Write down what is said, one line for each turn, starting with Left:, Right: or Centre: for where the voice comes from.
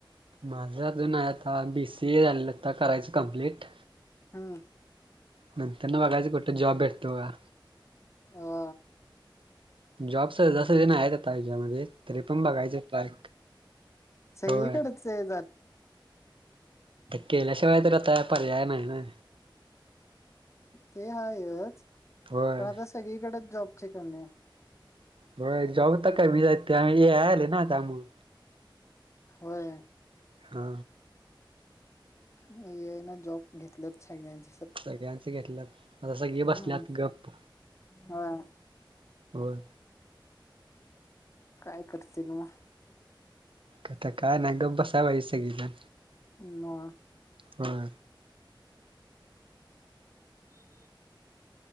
Right: माझं अजून आहे आता बीसीए झालं आता करायचं कंप्लीट
Left: हां
Right: नंतर ना बघायचं कुठं जॉब भेटतो का?
Left: हा
Right: जॉब सहजा सजी नाय आता हच्यामध्ये तरी पण बघायचं ट्राय
Left: सगळीकडच
Right: होय
Left: आहे
Right: केल्या शिवाय आता पर्याय नाही ना
Left: ते आहेाच
Right: होय
Left: पण आता सगळीकडेच जॉबची कमी ये.
Right: बघा जॉब तर कमी येत आता ए आय आल ना त्यामुळ.
Left: होय
Right: हा
Left: हे ना जॉब घेतलंत सगळ्यांच.
Right: सगळ्यांच घेतलं, आता सगळे बसल्यात
Left: हम्म
Right: गप्प.
Left: हा
Right: होय.
Left: काय करतील मग?
Right: आता काय नाही, गप्प बसा पाहिज सगळीजण
Left: मग
Right: होय
Left: हम.